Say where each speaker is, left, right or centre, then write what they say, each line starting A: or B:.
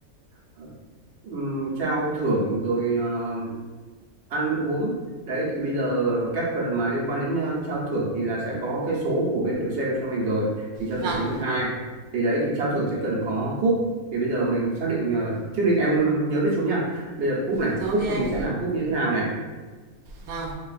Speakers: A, on the right; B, on the right.
A: ờ, ừm, trao thưởng rồi ờ, ăn uống đấy thì bây giờ các phần mà liên quan đến ờ, trao thưởng thì là sẽ có cái số của bên đội sale cho mình rồi thì trao
B: vâng
A: thưởng cho những ai thì đấy thì trao thưởng sẽ cần có cúp thì bây giờ mình xác định ờ, trước đi em nhớ viết xuống nha bây giờ cúp này
B: rồi
A: cúp
B: ok anh
A: thì mình sẽ làm cúp như thế nào này
B: vâng